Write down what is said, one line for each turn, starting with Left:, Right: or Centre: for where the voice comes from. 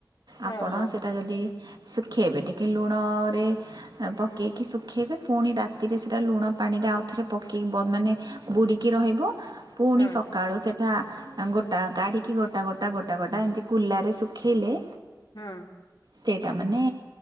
Right: ଆପଣ
Left: ଓହୋ
Right: ସେଇଟା ଯଦି ଶୁଖେଇବେ ଟିକେ, ଲୁଣରେ ପକେଇକି ଶୁଖେଇବେ। ପୁଣି ରାତିରେ ସେଇଟା ଲୁଣ ପାଣିରେ ଆଉଥରେ ପକେଇି ମାନେ ବୁଡ଼ିକି ରହିବ। ପୁଣି
Left: ହଁ
Right: ସକାଳୁ ସେ ଟା ଗୋଟା କାଢିକି ଗୋଟା ଗୋଟା ଗୋଟା ଗୋଟା ଏମିତି କୁଲରେ ଶୁଖେଇଲେ
Left: ହଁ।
Right: ସେଇଟା ମାନେ